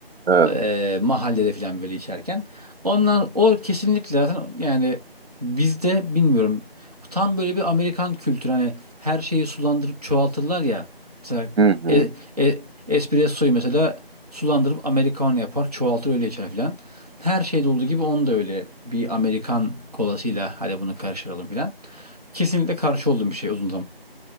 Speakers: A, on the right; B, on the right.
A: Evet.
B: Eee, mahallede falan böyle içerken. Onlar o kesinlikle zaten yani bizde bilmiyorum tam böyle bir Amerikan kültürü hani her şeyi sulandırıp çoğaltırlar ya. Mesela
A: Hı hı.
B: e, e, espressoyu mesela sulandırıp Americano yapar çoğaltır öyle içer falan. Her şeyde olduğu gibi onu da öyle bir Amerikan kolasıyla hadi bunu karıştıralım falan. Kesinlikle karşı olduğum bir şey uzun